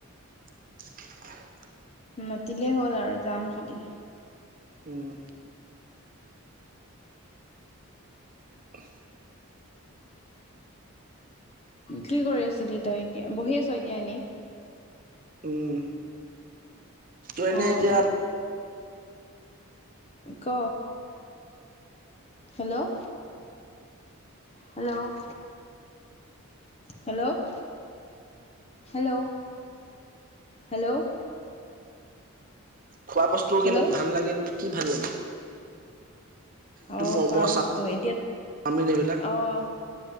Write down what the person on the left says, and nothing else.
মাতিলেই হ'ল আৰু যাম খালি।
কি কৰি আছিলি তই এতিয়া? বহি আছ এতিয়া এনি?
অ',
ক? Hello? Hello? Hello? Hello, hello?
হেল্ল'
অ',
খোৱা বস্তু এতিয়া,
অহ।